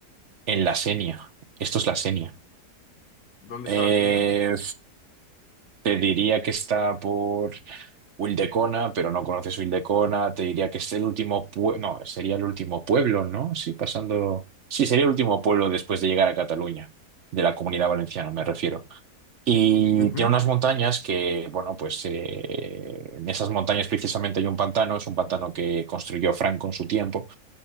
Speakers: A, on the right; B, on the left.
A: en la Senia, esto es la Senia.
B: ¿Dónde
A: eh,
B: está la Xenia?
A: Te diría que está por Wildecona, pero no conoces Wildecona. Te diría que es el último pueblo. No, sería el último pueblo, ¿no? Sí, pasando. Sí, sería el último pueblo después de llegar a Cataluña, de la Comunidad Valenciana, me refiero. Y
B: Ujú,
A: tiene unas montañas que, bueno, pues eh, en esas montañas precisamente hay un pantano, es un pantano que construyó Franco en su tiempo.